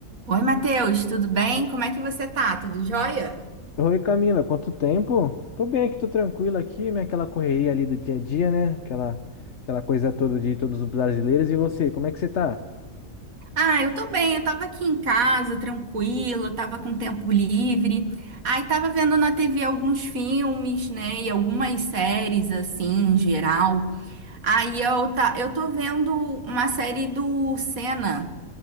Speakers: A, on the right; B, on the left.
A: Oi, Matheus, tudo bem? Como é que você tá? Tudo jóia?
B: Oi, Camila, quanto tempo? Tô bem aqui, tô tranquilo aqui, né? Aquela correria ali do dia a dia, né? Aquela, aquela coisa toda de todos os brasileiros. E você, como é que você tá?
A: Ah, eu tô bem, eu tava aqui em casa, tranquila, tava com tempo livre. Aí tava vendo na TV alguns filmes, né, e algumas séries, assim, em geral. Aí eu, tá, eu tô vendo uma série do Senna,